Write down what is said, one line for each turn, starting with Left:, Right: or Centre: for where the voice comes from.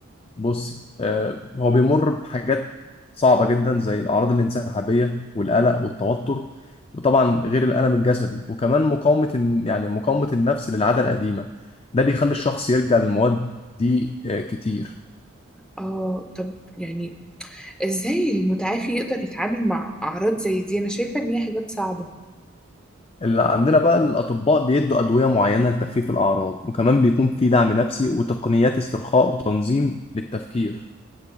Left: بصي آه، هو بيمر بحاجات صعبة جدا زي الأعراض الانسحابية والقلق والتوتر وطبعا غير الألم الجسدي وكمان مقاومة الن- يعني مقاومة النفس للعادة القديمة ده بيخلي الشخص يرجع للمواد دي آه، كتير
Centre: آه طب يعني إزاي المتعافي يقدر يتعامل مع أعراض زي دي؟ أنا شايفة إن هي حاجات صعبة
Left: اللي عندنا بقى الأطباء بيدوا أدوية معينة لتخفيف الأعراض وكمان بيكون في دعم نفسي وتقنيات استرخاء وتنظيم للتفكير